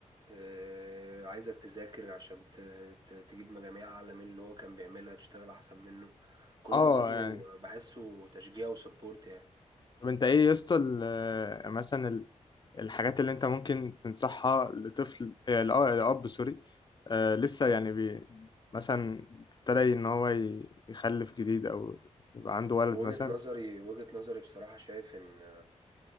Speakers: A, on the right (about 35°); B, on the left (about 35°).
A: آه، عايزك تذاكر عشان ت- ت- تجيب مجاميع أعلى من اللي هو كان بيعملها تشتغل أحسن منه كل
B: اه
A: ده برضو
B: يعني
A: بحسه تشجيع وسبورت يعني
B: طب انت ايه يا اسطى ال- مثلا الحاجات اللي انت ممكن تنصحها لطفل آه، لأ- لأب سوري آه، لسه يعني بي مثلا ابتدى ان هو ي- يخلف جديد او يبقى عنده ولد
A: وجهة
B: مثلا
A: نظري وجهة نظري بصراحة شايف إن